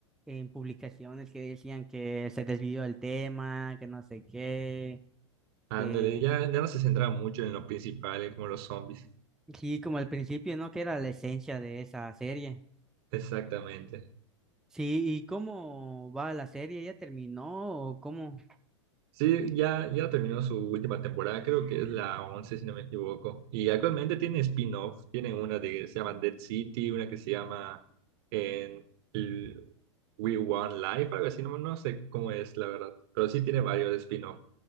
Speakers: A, in the centre; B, on the right.
A: en publicaciones que decían que se desvió el tema, que no sé qué,
B: Ándale,
A: que
B: ya, ya no se centra mucho en lo principal, como los zombies.
A: sí, como al principio, ¿no? Que era la esencia de esa serie.
B: Exactamente.
A: Sí, ¿y cómo va la serie? ¿Ya terminó o cómo?
B: Sí, ya, ya terminó su última temporada, creo que es la 11 si no me equivoco. Y actualmente tiene spin-off, tienen una de, que se llama Dead City, una que se llama en L- We Want Life, algo así, no, no sé cómo es la verdad, pero sí tiene varios spin-off.